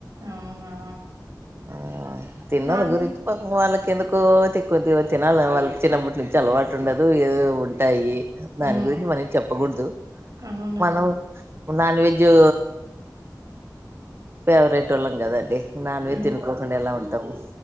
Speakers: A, on the right (about 50°); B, on the right (about 35°).
A: అవునా
B: ఆ తినోళ్ళు
A: నాన్
B: గురించి
A: వెజ్
B: పాపం వాళ్ళకి ఎందుకో కొద్దిగా తినాలి వాళ్ళకి చిన్నప్పటి నుంచి అలవాటు ఉండదు ఏధో ఉంటాయి
A: హ్మ్.
B: దాని గురించి మనం చెప్పకూడదు
A: అవునా!
B: మనం నాన్ వెజ్ జో ఫేవరెట్ వొళ్ళాం కదండి నాన్ వెజ్
A: ఆ!
B: <unintelligible> ఎలా ఉంటాము